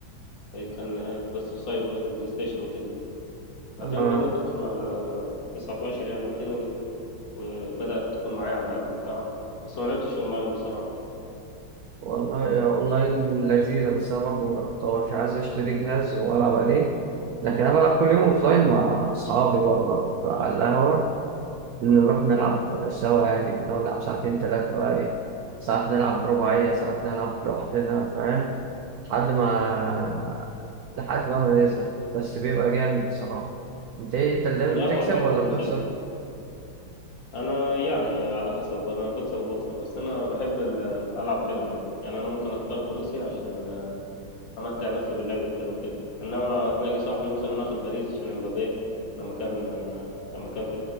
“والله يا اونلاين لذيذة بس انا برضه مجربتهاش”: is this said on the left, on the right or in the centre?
Right